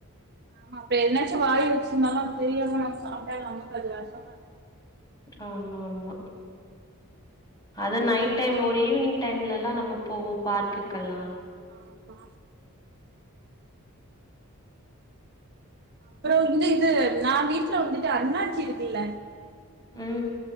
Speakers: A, on the right; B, on the left.
A: ஆமா அப்ப எதனாச்சு வாய்ல வச்சு இர்ந்தாலு அத் தெரியாம நாம சாப்ட்டா நமக்கு அது வெஷோ தான
B: ஆமா ஆமா அத நைட் டைம் ஒரு ஈவினிங் டைம்ல எல்லா நம்ம போவோ பார்க்குக்கெல்லா
A: ஆமா அப்றோ இந்து இது நா வீட்ல வந்துட்டு அண்ணாச்சி இருக்கில்ல
B: ம்